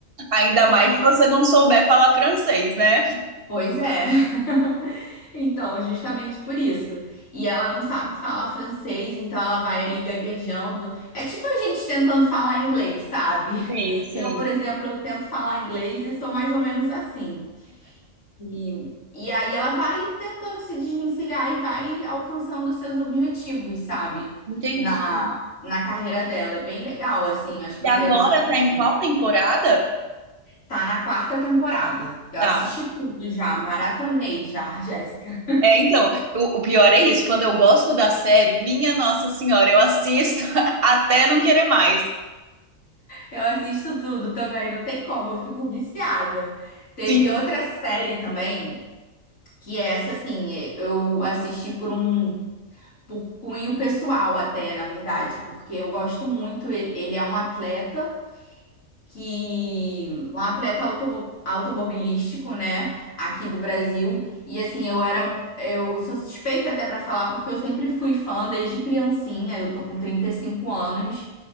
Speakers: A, on the right (about 50°); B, on the left (about 80°).
A: Ainda
B: E
A: mais
B: aí
A: se você não souber falar francês, né?
B: Pois é. <laughs> Então, justamente por isso. E ela não sabe falar francês, então ela vai ali gaguejando. É tipo a gente tentando falar inglês, sabe? <laughs>
A: Sim, sim.
B: Eu, por exemplo, eu tento falar inglês e sou mais ou menos assim. E, e aí ela vai tentando se desvencilhar e vai alcançando os seus objetivos, sabe?
A: Entendi.
B: Na, na carreira dela. É bem legal, assim. Acho que
A: E
B: você
A: agora
B: ia gostar bastante.
A: tá em qual temporada?
B: Tá na quarta temporada. Eu
A: Tá.
B: assisti tudo já, maratonei já, <laughs> Jéssica.
A: É, então, o, o pior é isso. Quando eu gosto da série, minha Nossa Senhora, eu assisto <laughs> até não querer mais.
B: Eu assisto tudo também, não tem como, eu fico viciada. Teve
A: Sim.
B: outra série também, que é essa, assim, eu assisti por um por cunho pessoal até, na verdade, porque eu gosto muito, ele, ele é um atleta que um atleta automo- automobilístico, né, aqui do Brasil. E assim, eu era eu sou suspeita até pra falar porque eu sempre fui fã desde criancinha. Eu tô com 35 anos.